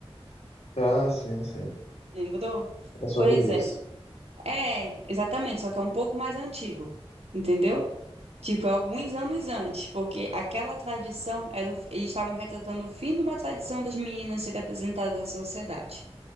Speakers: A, on the left; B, on the right.
A: Ah, sim, sim.
B: Lembrou?
A: É sobre
B: Pois é,
A: isso.
B: É, exatamente, só que é um pouco mais antigo, entendeu? Tipo, é alguns anos antes, porque aquela tradição era um- eles estavam retratando o fim de uma tradição das meninas serem apresentadas à sociedade,